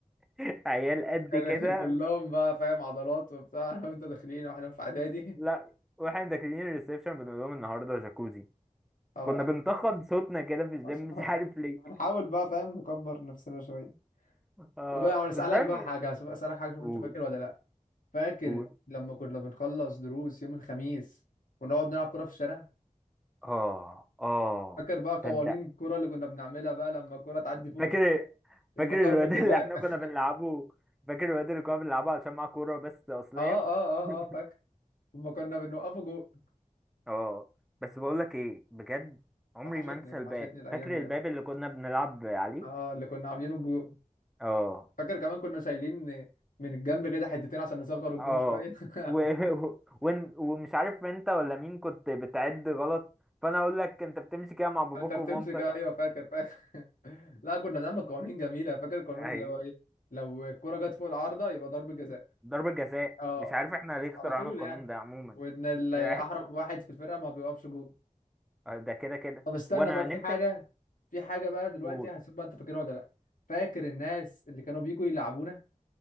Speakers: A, in the centre; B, on the left.
A: <laughs> عيال قد
B: كان
A: كده
B: كلهم بقى فاهم عضلات وبتاع <laughs> انا وانت داخلين واحنا في اعدادي
A: لا واحنا داخلين الريسبشن بنقول لهم النهارده جاكوزي
B: <laughs> اه
A: كنا بنتخض صوتنا كده في الجيم
B: عشان-
A: مش عارف ليه
B: هنحاول بقى فاهم نكبر نفسنا شوية
A: اه
B: طب انا اسالك
A: بس فاهم
B: بقى حاجه اسالك حاجه شوف
A: قول
B: انت فاكر ولا لا فاكر
A: قول
B: لما كنا بنخلص دروس يوم الخميس ونقعد نلعب كرة في الشارع
A: اه اه
B: فاكر بقى
A: تصدق
B: قوانين الكرة اللي كنا بنعملها بقى لما الكرة تعدي فوق
A: فاكر
B: الطوبة يبقى
A: فاكر الواد
B: ضربة جزاء
A: اللي احنا
B: <laughs>
A: كنا بنلعبه فاكر الواد اللي كنا بنلعبه عشان معاه كورة بس أصلية
B: اه اه اه
A: <laughs>
B: اه فاكر وما كنا بنوقفه جول
A: اه بس بقولك ايه بجد عمري
B: وحشتني
A: ما انسى
B: وحشتني
A: الباب
B: الايام
A: فاكر
B: دي
A: الباب
B: قوي
A: اللي كنا بنلعب عليه
B: اه اللي كنا عاملينه الجول
A: اه
B: فاكر كمان كنا شايلين من الجنب كده حتتين عشان نصغر الجون
A: اه
B: شوية <laughs>
A: و... <laughs> و... ون- ومش عارف انت ولا مين كنت بتعد غلط فانا اقول لك انت بتمشي كده مع باباك
B: انت بتمسك
A: ومامتك
B: ايوه فاكر فاكر <laughs> لا كنا بنعمل قوانين جميلة فاكر القانون
A: <laughs> ايوه
B: اللي هو ايه لو الكرة جت فوق العارضة يبقى ضربة جزاء
A: ضربة جزاء
B: اه
A: مش عارف احنا ليه اخترعنا
B: على طول
A: القانون
B: يعني
A: ده عموما
B: وان ال-
A: <laughs> ده
B: احرف واحد في الفرقه ما بيوقفش جول
A: ده كده كده
B: طب استنى
A: وانا
B: بقى في
A: نفسي
B: حاجه في حاجه بقى دلوقتي
A: اقول
B: هشوف بقى انت فاكرها ولا لا فاكر الناس اللي كانوا بيجوا يلعبونا